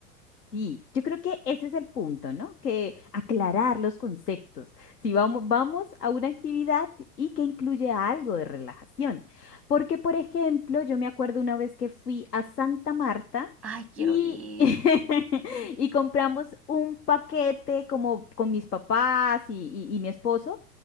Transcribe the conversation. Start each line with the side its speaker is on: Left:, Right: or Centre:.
Left: Sí, yo creo que ese es el punto, ¿no? Que aclarar los conceptos. Si vamos, vamos a una actividad y que incluye algo de relajación. Porque, por ejemplo, yo me acuerdo una vez que fui a Santa Marta
Centre: Ay, quiero
Left: y,
Centre: ir.
Left: <laughs> y compramos un paquete como con mis papás y, y- y mi esposo